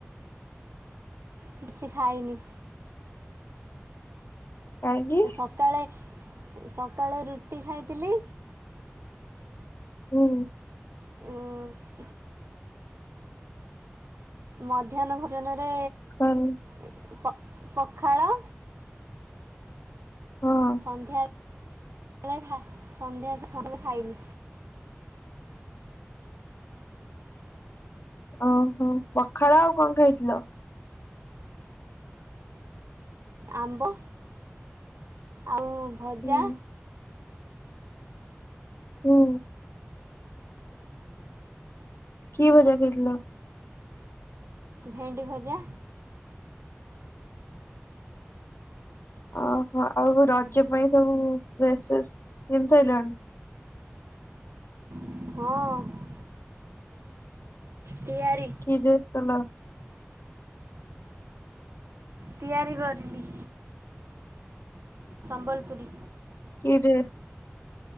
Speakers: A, on the right; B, on the left.
A: କିଛି ଖାଇନି।
B: କାହିଁକି
A: ଏ ସକାଳେ ସକାଳେ ରୁଟି ଖାଇଥିଲି।
B: ହୁଁ।
A: ଉଁ ମଧ୍ୟାହ୍ନ ଭୋଜନରେ
B: କରି
A: ଏଁ ପ ପଖାଳ
B: ହଁ
A: ସନ୍ଧ୍ୟା ଳେ ହା ସନ୍ଧ୍ୟା ସେପଟୁକୁ ଖାଇନି।
B: ଓହୋ ପଖାଳ ଆଉ କଁ ଖାଇଥିଲ?
A: ଆମ୍ବ ଆଉ ଭଜା।
B: ହୁଁ ହୁଁ। କି ଭଜା ଖାଇଥିଲ?
A: ଭେଣ୍ଡି ଭଜା।
B: ଓହୋ ଆଉ ରଜ ପାଇଁ ସବୁ ଡ୍ରେସ ଫ୍ରେସ୍ କିଣି ସାଇଲନି।
A: ହଁ। ତିଆରିି।
B: କି ଡ୍ରେସ୍ କଲ?
A: ତିଆରି କରିଲି। ସମ୍ବଲପୁରୀ।
B: କି ଡ୍ରେସ?